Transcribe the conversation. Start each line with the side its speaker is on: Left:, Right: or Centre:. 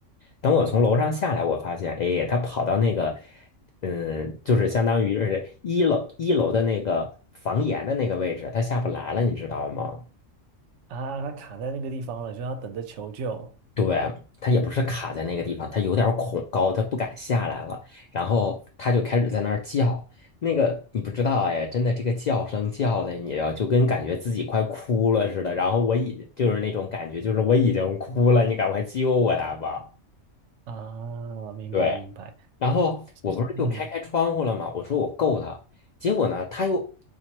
Left: 等我从楼上下来，我发现，哎，它跑到那个，嗯，就是相当于是一楼一楼的那个房檐的那个位置，它下不来了，你知道吗？
Right: 啊，它卡在那个地方了，就要等着求救
Left: 对，他也不是卡在那个地方，他有点儿恐高，他不敢下来了，然后他就开始在那儿叫。那个你不知道哎，真的这个叫声叫的你啊，就跟感觉自己快哭了似的。然后我已就是那种感觉，就是我已经哭了，你赶快救我来吧。
Right: 啊，明白明白，
Left: 对，然后我不是就开开窗户了吗？
Right: 其实嗯，
Left: 我说我够它，结果呢，它又